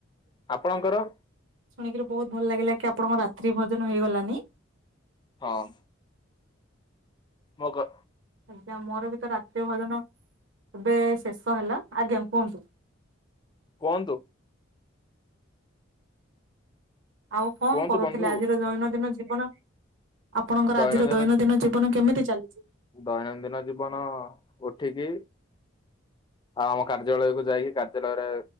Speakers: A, on the left; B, on the right.
A: ଆପଣଙ୍କର?
B: ଶୁଣିକିରି ବହୁତ୍ ଭଲ ଲାଗିଲା କି ଆପଣଙ୍କର ରାତ୍ରି ଭୋଜନ ହେଇଗଲାନି।
A: ହଁ। ମୋ କ
B: ଆଜ୍ଞା ମୋର ବି ତ ରାତ୍ରି ଭଜନ ଏବେ ଶେଷ ହେଲା, ଆଜ୍ଞା କୁହନ୍ତୁ।
A: କୁହନ୍ତୁ।
B: ଆଉ କଣ
A: କୁହନ୍ତୁ
B: କରୁଥିଲ
A: ବନ୍ଧୁ।
B: ଆଜିର ଦୈନଦିନ ଜୀବନ ଆପଣଙ୍କର
A: ଦୈନନ୍ଦିନ
B: ଆଜିର ଦୈନଦିନ ଜୀବନ କେମିତି ଚାଲିଛି।
A: ଦୈନନ୍ଦିନ ଜୀବନ ଉଠିକି ଆଉ ଆମ କାର୍ଯ୍ୟାଳୟକୁୁ ଯାଇକି କାର୍ଯ୍ୟାଳୟରେ